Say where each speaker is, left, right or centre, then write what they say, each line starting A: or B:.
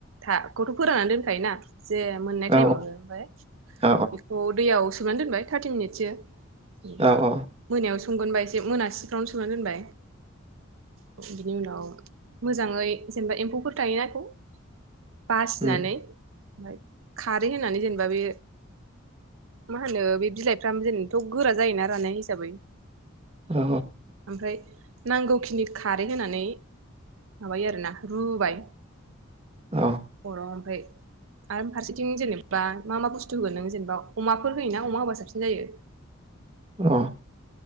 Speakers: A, on the right; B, on the right.
A: था खौथ' फोराननानै दोनखायोना जे मोननाय
B: औ
A: टाइमावनो ओमफ्राय
B: औ
A: बेखौ दैयाव सोमनानै दोनबाय थार्टि मिनिटसो जेनेबा
B: औ औ
A: मोनायाव स संगोनबा एसे मोनासि फोराव सोननानै दोनबाय। औ बिनि उनाव मोजाङै जेनेबा एम्फौफोर थायोना बेखौ बासिनानै
B: उम
A: ओमफ्राय खारै होनानै जेनेबा बे मा होनो बे बिलाइफ्राम जेनथ' गोरा जायोना राननाय हिसाबै।
B: औ।
A: ओमफ्राय नांगौखिनि खारै होनानै माबायो आरोना रुबाय
B: औ
A: अराव ओमफाय आरो फारसेथिं जेनेबा मा मा बुस्थु होगोन नों जेनेबा अमाफोर होयोना अमा होबा साबसिन जायो।
B: अ।